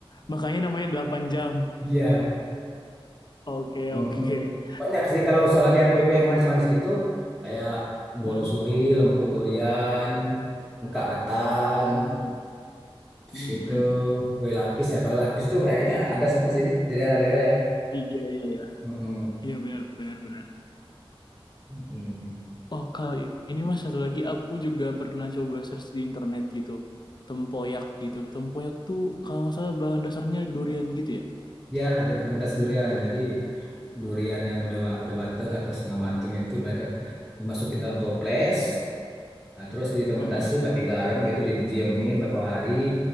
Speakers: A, on the left; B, in the centre.
A: makanya namanya delapan jam.
B: Iya,
A: Oke,
B: Mm-mm.
A: oke.
B: banyak sih kalau soalnya kayak kue-kue yang manis-manis gitu, kayak bolu
A: Mm-mm,
B: suri, lempuk durian, muka ketan,
A: mm-mm, mm-mm.
B: gitu, kue lapis ya. Kalau lapis tuh kayaknya ada semua sih di daerah-daerah ya.
A: Iya, iya, iya.
B: Mm-mm.
A: Iya, benar, benar, benar.
B: Mm-mm.
A: Oh, kalau ini mas satu lagi aku juga pernah coba search di internet gitu. Tempoyak gitu. Tempoyak tuh kalau nggak salah bahan dasarnya durian gitu ya.
B: Ya, ada fermentasi durian. Jadi durian yang udah udah mateng atau setengah mateng itu mereka dimasukin dalam toples, nah, terus difermentasi
A: Heeh.
B: pakai garam gitu, didiemin beberapa hari.